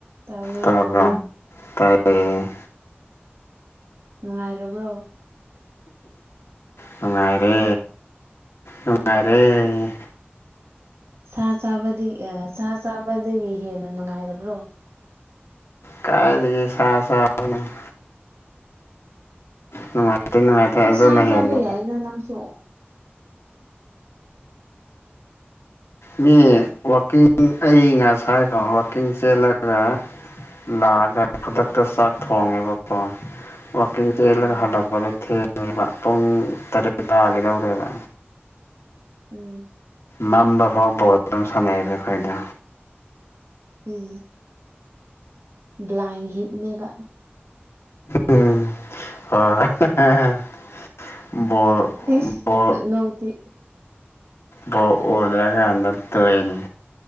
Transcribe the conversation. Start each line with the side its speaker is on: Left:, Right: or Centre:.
Right: ꯇꯥꯕꯔ
Left: ꯇꯥꯕ꯭ꯔꯣ ꯇꯥꯏꯌꯦ
Right: ꯅꯨꯡꯉꯥꯏꯔꯕꯔ꯭ꯣ
Left: ꯅꯨꯃꯥꯏꯔꯦ ꯅꯨꯃꯥꯏꯔꯦ
Right: ꯁꯥ ꯆꯥꯕꯗꯒꯤ ꯁꯥ ꯆꯥꯕꯗꯒꯤ ꯍꯦꯟꯅ ꯅꯨꯡꯉꯥꯏꯔꯕ꯭ꯔꯣ
Left: ꯀꯥꯏꯗꯒꯤ ꯁꯥ ꯆꯅ <inaudible> ꯅꯨꯡꯉꯥꯏꯇꯦ ꯅꯨꯡꯉꯥꯏꯇꯦ ꯑꯗꯨꯅ
Right: ꯁꯥ ꯆꯥꯕ
Left: ꯍꯦꯟꯅ
Right: ꯌꯥꯏꯅ ꯅꯪꯁꯨ
Left: ꯃꯤ ꯋꯥꯛꯀꯤꯡ ꯑꯩ ꯉꯥꯁ ꯍꯥꯏꯀꯣ ꯋꯥꯛꯀꯤꯡ ꯆꯦꯜꯂꯒ ꯂꯥꯛꯑꯒ ꯈꯨꯗꯛꯇ ꯆꯥꯛ ꯊꯣꯡꯉꯦꯕꯀꯣ ꯋꯥꯀꯤꯒꯤ
Right: ꯎꯝ
Left: ꯂ ꯍ ꯂꯄꯗ ꯏꯦ ꯄꯨꯡ ꯇꯔꯦꯛ ꯇꯥꯒꯗꯧꯔꯦꯕ
Right: ꯎꯝ
Left: ꯃꯝꯕ ꯐꯥꯎꯕ ꯑꯗꯨꯝ ꯁꯥꯟꯅꯩꯑꯕ ꯑꯩꯈꯣꯏꯗ
Right: ꯏ ꯕ꯭ꯂꯥꯏꯟ ꯍꯤꯠꯅꯦꯕ
Left: ꯎꯝ ꯍ <inaudible> ꯕꯣꯜ
Right: ꯏꯁ
Left: ꯕꯣ
Right: ꯈꯨꯅꯣꯛꯇꯤ
Left: ꯕꯣ ꯑꯣꯗ꯭ꯔꯀꯥꯟꯗ ꯇꯣꯏꯅꯤ